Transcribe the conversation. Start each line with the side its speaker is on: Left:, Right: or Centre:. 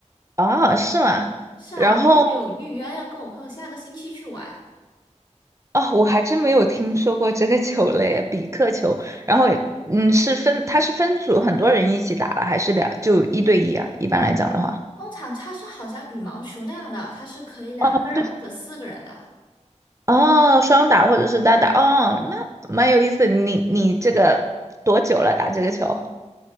Right: 哦，是吗？
Left: 是啊，
Right: 然后
Left: 我就有预约要跟我朋友下个星期去玩。
Right: 哦，我还真没有听说过这个球类，比克球。然后嗯，是分，它是分组，很多人一起打了，还是两，就一对一啊？一般来讲的话。
Left: 通常它是好像羽毛球那样的，它是可以两个人或者四个人的。
Right: 哦，那就是哦，双打或者是单打，哦，那蛮有意思。你你这个多久了打这个球？